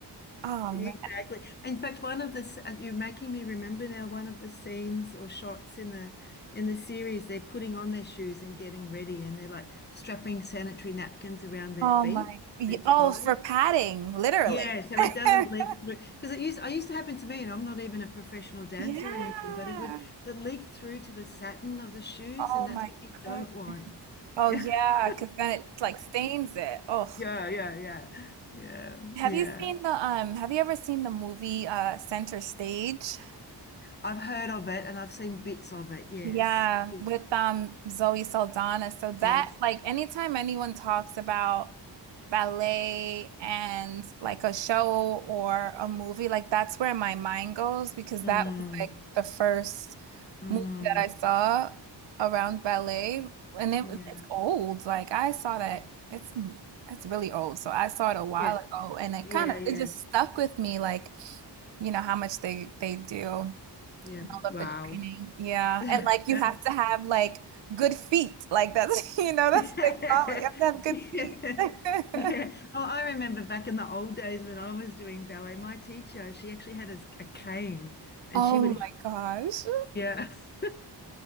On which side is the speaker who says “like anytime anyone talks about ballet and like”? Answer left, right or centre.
Right